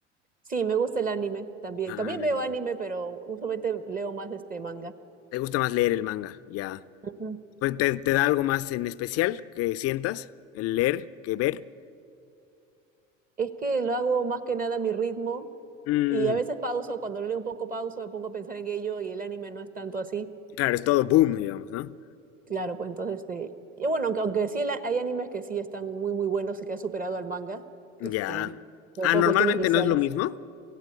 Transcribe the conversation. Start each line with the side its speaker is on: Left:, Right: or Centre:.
Right: Sí, me gusta el anime también.
Left: Ah,
Right: También veo
Left: ya.
Right: anime, pero usualmente leo más este manga.
Left: ¿Te gusta más leer el manga? Ya.
Right: Ujú.
Left: Pues, ¿te, te da algo más en especial que sientas el leer que ver?
Right: Es que lo hago más que nada a mi ritmo
Left: Mm,
Right: y a veces pauso, cuando leo un poco pauso, me pongo a pensar en ello y el anime no es tanto así.
Left: claro, es todo boom, digamos, ¿no?
Right: Claro, pues entonces, este, y bueno, aunque, aunque sí el a- hay animes que sí están muy, muy buenos y que han superado al manga, este,
Left: Ya.
Right: sobre
Left: Ah,
Right: todo
Left: normalmente
Right: cuestiones visuales.
Left: no es lo mismo.